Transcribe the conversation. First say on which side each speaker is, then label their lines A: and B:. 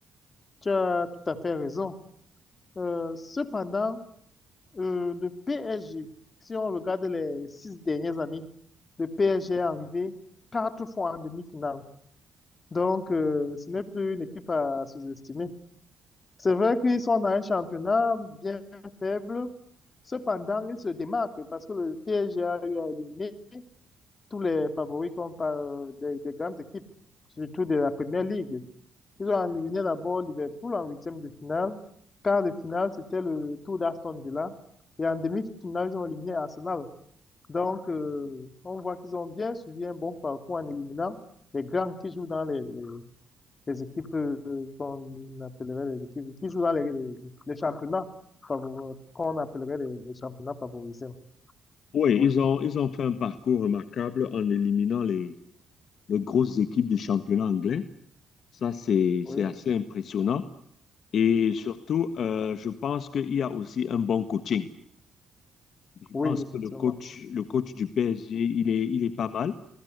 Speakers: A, on the left; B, on the left.
A: Tu as tout à fait raison. Euh, cependant, euh, le PSG, si on regarde les six dernières années, le PSG est arrivé quatre fois en demi-finale. Donc, euh, ce n'est plus une équipe à sous-estimer. C'est vrai qu'ils sont dans un championnat bien faible. Cependant, ils se démarquent parce que le PSG a eu à éliminer tous les favoris comme par euh, des, des grandes équipes, surtout de la Première Ligue. Ils ont éliminé d'abord Liverpool en huitième de finale. Quart de finale, c'était le tour d'Aston Villa. Et en demi-finale, ils ont éliminé Arsenal. Donc, euh, on voit qu'ils ont bien suivi un bon parcours en éliminant les grands qui jouent dans les, les, les équipes euh, qu'on appellerait les équipes qui jouent dans les, les, les championnats favori- qu'on appellerait les, les championnats favorisés.
B: Oui,
A: Ouais.
B: ils ont, ils ont fait un parcours remarquable en éliminant les, les grosses équipes du championnat anglais. Ça, c'est,
A: Oui,
B: c'est assez impressionnant. Et surtout, euh, je pense qu'il y a aussi un bon coaching. Je
A: oui,
B: pense
A: effectivement.
B: que le coach, le coach du PSG, il est, il est pas mal